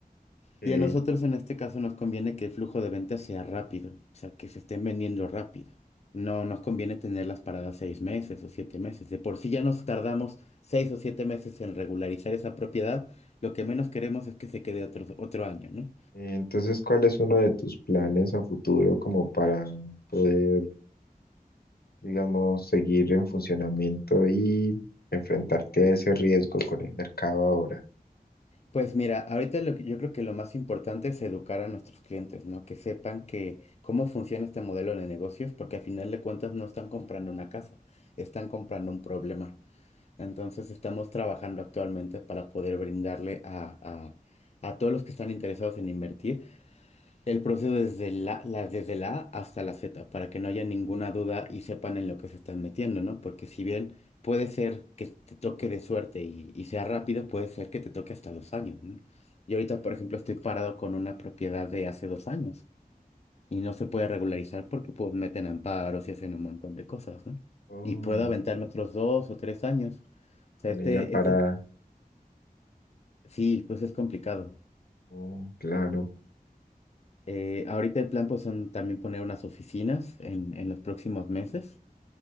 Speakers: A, on the left; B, on the left.
A: ok.
B: Y a nosotros en este caso nos conviene que el flujo de ventas sea rápido, o sea, que se estén vendiendo rápido. No nos conviene tenerlas paradas seis meses o siete meses. De por sí ya nos tardamos seis o siete meses en regularizar esa propiedad. Lo que menos queremos es que se quede otro, otro año, ¿no?
A: Entonces, ¿cuál es uno de tus planes a futuro como para poder digamos, seguir en funcionamiento y enfrentarte a ese riesgo con el mercado ahora.
B: Pues mira, ahorita lo que- yo creo que lo más importante es educar a nuestros clientes, ¿no? Que sepan que cómo funciona este modelo de negocios, porque al final de cuentas no están comprando una casa, están comprando un problema. Entonces estamos trabajando actualmente para poder brindarle a, a- a todos los que están interesados en invertir. El proceso desde la, la- desde la A hasta la Z, para que no haya ninguna duda y sepan en lo que se están metiendo, ¿no? Porque si bien puede ser que te toque de suerte y, y sea rápido, puede ser que te toque hasta dos años, ¿no? Yo ahorita, por ejemplo, estoy parado con una propiedad de hace dos años y no se puede regularizar porque pues meten amparos y hacen un montón de cosas, ¿no?
A: Oh,
B: Y puedo aventarme otros dos o tres años. O sea,
A: con
B: este,
A: ella para...
B: este, sí, pues es complicado.
A: oh, claro.
B: Eh, ahorita el plan pues son también poner unas oficinas en, en los próximos meses